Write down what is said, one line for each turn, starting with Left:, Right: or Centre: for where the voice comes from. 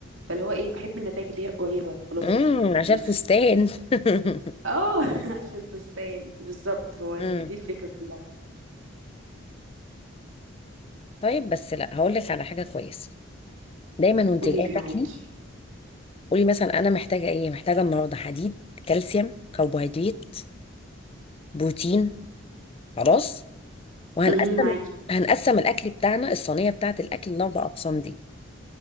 Right: فاللي هو ايه بحب النتائج اللي هي قريبة اللي خلاص
Left: امم
Right: آه،
Left: عشان
Right: مش
Left: الفستان <laughs>
Right: اه <laughs> عشان الفستان بالظبط هو دي
Left: امم
Right: الفكرة كلها
Left: طيب بس لا هقول لك على حاجه كويسه دايما وانت
Right: قولي
Left: جايه
Right: لي
Left: تاكلي
Right: معاكي
Left: قولي مثلا انا محتاجه ايه محتاجه النهارده حديد كالسيوم كربوهيدرات بروتين خلاص وهنقسم
Right: مهم، معاكي
Left: هنقسم الاكل بتاعنا الصينيه بتاعه الاكل لاربع اقسام دي